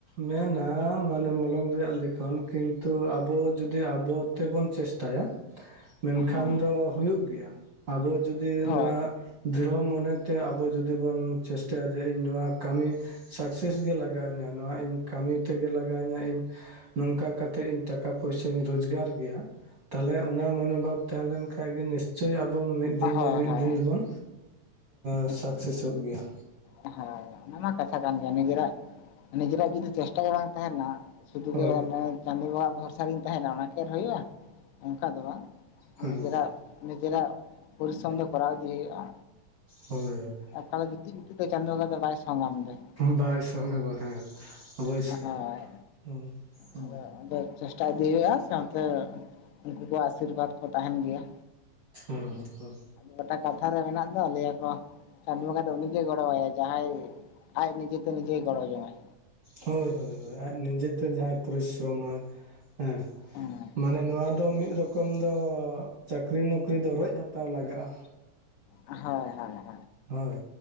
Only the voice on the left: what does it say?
ᱦᱮᱸ
ᱦᱳᱭ
ᱦᱳᱭ
ᱦᱳᱭ
ᱟᱪᱪᱷᱟ᱾
ᱦᱳᱭ᱾ ᱚᱱᱟ ᱢᱟ ᱠᱟᱛᱷᱟ ᱠᱟᱱ ᱜᱮᱭᱟ᱾ ᱱᱤᱡᱮᱨᱟᱜ ᱱᱤᱡᱮᱨᱟᱜ ᱡᱩᱫᱤ ᱪᱮᱥᱴᱟ ᱜᱮ ᱵᱟᱝ ᱛᱟᱦᱮᱱᱟ ᱥᱩᱫᱩ
ᱜᱮ ᱚᱱᱮ ᱪᱟᱸᱫᱳ ᱵᱟᱵᱟᱣᱟᱜ ᱵᱷᱚᱨᱥᱟ ᱨᱤᱧ ᱛᱟᱦᱮᱱᱟ ᱚᱱᱟ ᱠᱷᱮᱨ ᱦᱩᱭᱩᱜᱼᱟ ᱚᱱᱠᱟ ᱫᱚ ᱵᱟᱝ
ᱱᱤᱡᱮᱨᱟᱜ ᱱᱤᱡᱮᱨᱟᱜ ᱯᱚᱨᱤᱥᱨᱚᱢ ᱫᱚ ᱠᱚᱨᱟᱣ ᱤᱫᱤ ᱦᱩᱭᱩᱜ-ᱟ᱾
ᱟᱨᱠᱟᱞᱮ ᱜᱤᱛᱤᱡ ᱜᱤᱛᱤᱡ ᱛᱮ ᱪᱟᱸᱫᱳ ᱵᱚᱸᱜᱟ ᱫᱚ ᱵᱟᱭ ᱥᱚᱝᱜᱟᱢ ᱫᱚᱭ
ᱦᱳᱭ
ᱟᱫᱚ ᱟᱫᱚ ᱪᱮᱥᱴᱟ ᱤᱫᱤ ᱦᱩᱭᱩᱜ-ᱟ ᱥᱟᱶᱛᱮ ᱩᱱᱠᱩ ᱠᱚᱣᱟᱜ ᱟᱥᱤᱨᱵᱟᱫᱽ ᱠᱚ ᱛᱟᱦᱮᱱ ᱜᱮᱭᱟ
ᱜᱚᱴᱟ ᱠᱟᱛᱷᱟ ᱨᱮ ᱢᱮᱱᱟᱜ ᱫᱚ <unintelligible> ᱪᱟᱸᱫᱳ ᱵᱚᱝᱜᱟ ᱫᱚ ᱩᱱᱤᱜᱮ ᱜᱚᱲᱚᱣᱟᱭᱟᱭ ᱡᱟᱦᱟᱸᱭ ᱟᱡ ᱱᱤᱡᱮᱛᱮ ᱱᱤᱡᱮ ᱜᱚᱲᱚ ᱡᱚᱝᱟᱭ
ᱦᱮᱸ
ᱦᱳᱭ ᱦᱳᱭ